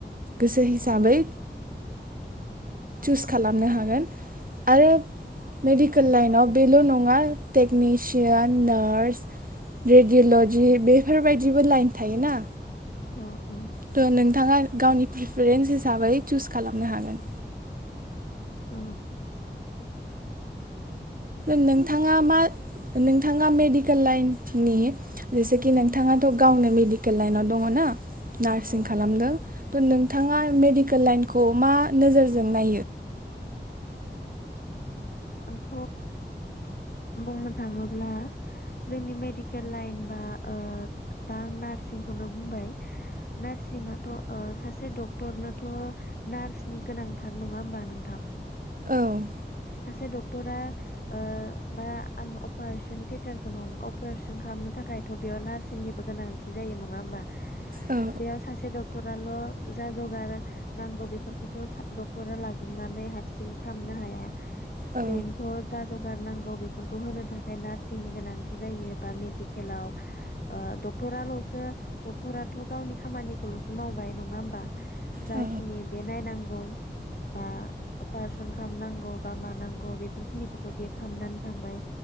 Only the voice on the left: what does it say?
अ अ
औ।
औ
आंथ' बुंनो थाङोब्ला जोंनि मेडिकेल लाइन बा ओ दा आं नार्सिंखौनो बुंबाय नार्सिङाथ' ओ सासे डक्टरनोथ' नार्सनि गोनांथार। नङा होमबा नोंथां?
सासे डक्टरा ओ बा आं अपारेशन थियेटारखौनो अपारेशन खालामनो थाखायथ' बेयाव नार्सिंनिबो गोनांथि जायो। नङा होमबा?
बेयाव सासे डक्टर आल' जा जगार नांगौ बेफोरखौथ' सा डक्टरा लाजोबनानै हारसिं खामनो हाया।
बेनोथ' जा जगार नांगौ बेफोरखौ होनो थाखै नार्स नि गोनां जायोबा मेडिकेलाव ओ ड क्टराल'सो डक्टराथ' गावनि खामानिखौल'सो मावबाय नङा होमबा। जाखिनि
बे नायनांगौ बा अपारेशन खालामनांगौ बा मानांगौ बेफोरखिनिखौथ' बे खामनानै थांबाय